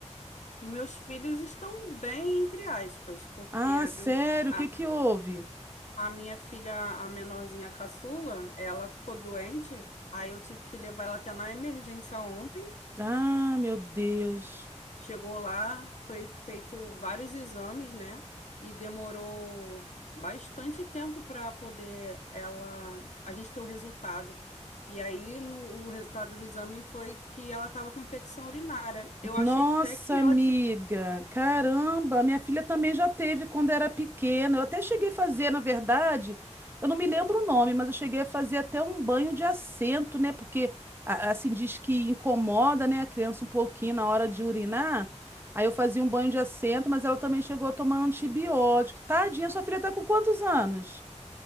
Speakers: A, on the left; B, on the right.
A: Meus filhos estão bem, entre aspas, porque
B: Ah,
A: a
B: sério?
A: minha, a,
B: O que que houve?
A: a minha filha, a menorzinha caçula, ela ficou doente, aí eu tive que levar ela até na emergência ontem.
B: Ah, meu Deus.
A: Chegou lá, foi feito vários exames, né? E demorou bastante tempo para poder ela a gente ter o resultado. E aí no, o resultado do exame foi que ela estava com infecção urinária. Eu achei
B: Nossa,
A: até que
B: amiga,
A: ela ti-
B: caramba, minha filha também já teve quando era pequena. Eu até cheguei a fazer, na verdade, eu não me lembro o nome, mas eu cheguei a fazer até um banho de assento, né? Porque a- assim diz que incomoda, né, a criança um pouquinho na hora de urinar. Aí eu fazia um banho de assento, mas ela também chegou a tomar antibiótico. Tadinha, sua filha tá com quantos anos?